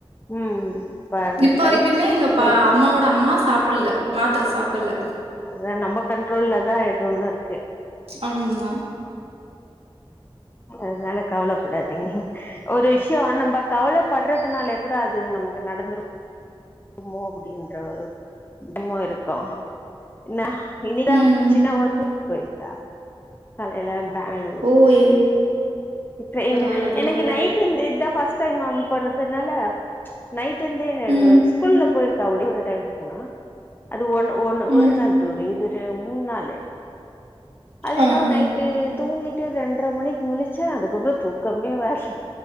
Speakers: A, on the left; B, on the right.
A: ம் பாருங்க
B: இப்ப
A: கண்
B: வரைக்குமே எங்க பா
A: நம்
B: அம்மாவோட அம்மா சாப்பில்ல மாத்தர சாப்புல்ல
A: அதா நம்ம கண்ட்ரோல்ல தா எது ஒண்ணு இருக்கு
B: ஆம்மா
A: அதனால கவலைப்படாதீங்க ஒரு விஷயோ நம்ப கவலப்படுறதுனாலே கூட அது நமக்கு நடத்துரு மோ அப்டின்ற ஒரு என்னமு இருக்கு என்ன இனிதா
B: ம்
A: சின்னவ டூர்க்கு பொயிருக்கா காலையில பெங்களூர்
B: ஓய்
A: ட்ரெயின்னு
B: பரவால்ல பரவால்ல
A: எனக்கு நைட்டு இத்த இத ஃபஸ்ட் டைம் போறதுனால நைட் டுருந்தே
B: ம்
A: ஸ்கூல்ல பொயிருக்கா ஒரே ஒரு டைம் போனா அது ஒன் ஒரு
B: ம்
A: ஒரு நாள் துறிதுறு மூன் நாலு அது என்னவோ
B: ஆ ம்
A: நைட்டு தூங்கிட்டு ரெண்ட்ர மணிக்கு முலிச்சே அதுக்கப்றோ தூக்கமே வரல